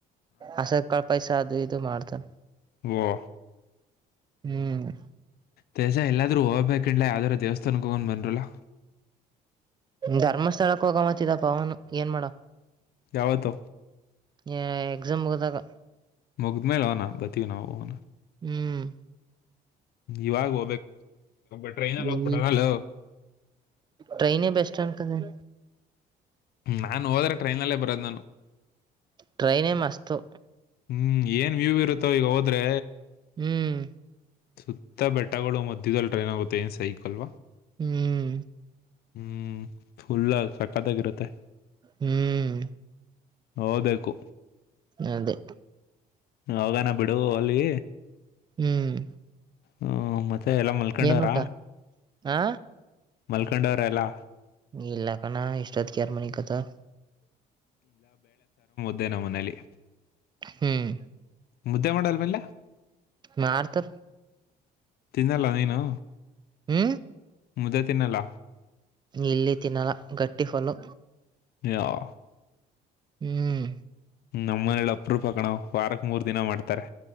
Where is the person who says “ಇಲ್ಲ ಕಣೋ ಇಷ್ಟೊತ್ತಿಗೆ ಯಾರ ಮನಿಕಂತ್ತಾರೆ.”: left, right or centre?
Right